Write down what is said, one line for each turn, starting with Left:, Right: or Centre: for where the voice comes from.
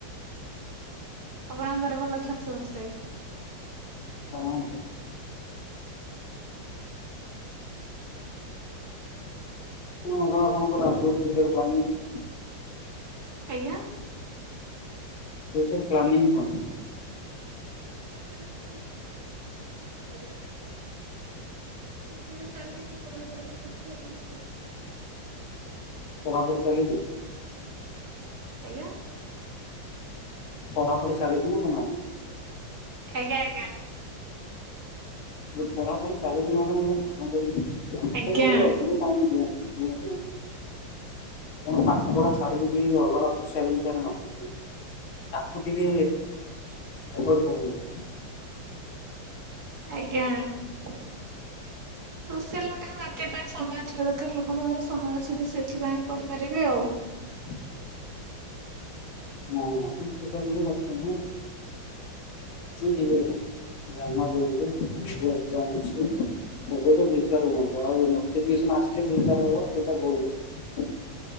Right: ଆପଣଙ୍କ ଘରେ ଭଲ ଅଛନ୍ତି ସମସ୍ତେ?
Left: ହଁ। ହଁ କଣ ଆପଣଙ୍କର <unintelligible> ପିରିୟଡ୍ <unintelligible>
Right: ଆଜ୍ଞା।
Left: ଫିଉଚର୍ ପ୍ଲାନିଂ କଣ।
Right: <inaudible> ନାହିଁ ତଥାପି ଚାଲଛି ପଢାପଢି ଦେଖିଆ କଣ ହଉଛି।
Left: ପଢାପଢି ଚାଲିଚି?
Right: ଆଜ୍ଞା।
Left: ପଢାପଢି ଚାଲିଛି ନା କଣ ଆଉ?
Right: ଆଜ୍ଞା, ଆଜ୍ଞା।
Left: ଯେ ଖରାପ ହୋଇ ସାରିଲେଣି <unintelligible> ତାଙ୍କ କୁ
Right: ଆଜ୍ଞା
Left: ଟିକିଏ ଅଧିକ ଟାଇମ୍ <unintelligible> କଣ ପାଠ ପଢା ଛାଡିକି କେହି ଅଲଗା ସୋସିଆଲ୍ ମିଡିଆରେ ମାତୁଛନ୍ତି। ତାକୁ ଟିକେ ଆଭୋଏଡ୍ କରୁଛନ୍ତି।
Right: ଆଜ୍ଞା, ସୋସିଆଲ୍ ମିଡିଆରେ ମାତିବା ପାଇଁ ସମୟ <unintelligible> କାର ଲୋକଙ୍କ ଘରେ ସମୟ ଅଛି ଯେ ସେଥିପାଇଁ କରିପାରିବେ ଆଉ।
Left: <inaudible> ନା, ନା ହଁ ସେଟା ନୁହେଁ କଥା <unintelligible> ଧ୍ୟାନ ଦିଅନ୍ତୁ <unintelligible> ଏକ୍ଜାମ୍ ଅଛି। ଏବେଠୁ ପ୍ରିପିୟାର୍ ହୁଅନ୍ତୁ, ଆଉ ନୋଟିଫିକେସନ୍ ଆସିଲେ ତ ପ୍ରିପିୟାର୍ ହବ ସେଟା ଭୁଲୁ।